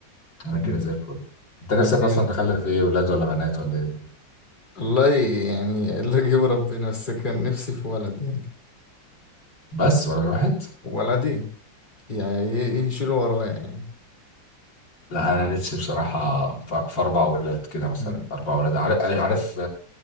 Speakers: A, on the left (about 65°); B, on the left (about 20°).
A: انا
B: <laughs>
A: كده زي الفل انت نفسك
B: ماديا
A: اصلا تخلف ايه ولاد ولا بنات ولا ايه الدنيا؟
B: والله يعني اللي يجيب ربنا بس كان نفسي في ولد يعني
A: بس ولا الواحد
B: ولدين يعني ي- يشيلوا ورايا يعني
A: لا انا نفسي بصراحه ف- في اربع ولاد كده مثلا
B: مم.
A: اربع ولاد عارف عارف